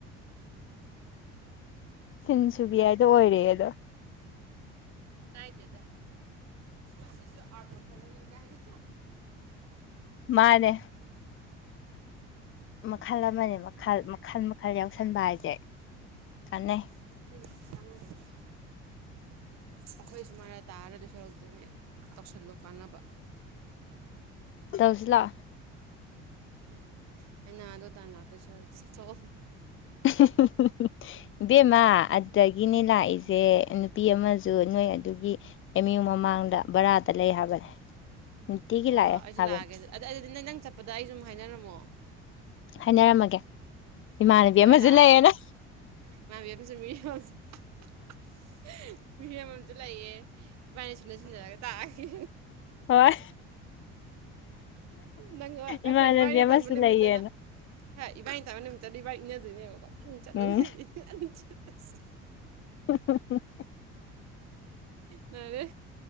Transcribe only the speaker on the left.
ꯁꯤꯟ ꯁꯨꯕꯤ ꯍꯥꯏꯗꯣ ꯑꯣꯏꯔꯦ ꯑꯗꯣ꯫
ꯃꯥꯅꯦ꯫ ꯃꯈꯜ ꯑꯃꯅꯦ ꯃꯈꯜ ꯃꯈꯜ ꯃꯈꯜ ꯌꯥꯎꯁꯟꯕꯁꯦ ꯀꯥꯟꯅꯩ꯫
ꯇꯧꯖꯦ ꯂꯥꯛꯑꯣ꯫
<unintelligible> ꯏꯕꯦꯝꯃ ꯑꯗꯨꯗꯒꯤꯅꯦ ꯂꯥꯛꯏꯁꯦ ꯅꯨꯄꯤ ꯑꯃꯁꯨ ꯅꯣꯏ ꯑꯗꯨꯒꯤ꯫ ꯑꯦꯝꯌꯨ ꯃꯃꯥꯡꯗ ꯚꯥꯔꯥꯗ ꯂꯩ ꯍꯥꯏꯕꯅꯦ꯫ ꯅꯨꯡꯇꯤꯒꯤ
ꯂꯥꯛꯑꯦ
ꯍꯥꯏꯕꯅꯦ
ꯍꯥꯏꯅꯔꯝꯃꯒꯦ ꯏꯃꯥꯟꯅꯕꯤ
ꯑꯃꯁꯨ
ꯂꯩꯌꯦꯅ꯫
ꯍꯣꯏ꯫
ꯏꯃꯥꯟꯅꯕꯤ
ꯑꯃꯁꯨ
ꯂꯩꯌꯦꯅ
ꯎꯝ
<unintelligible>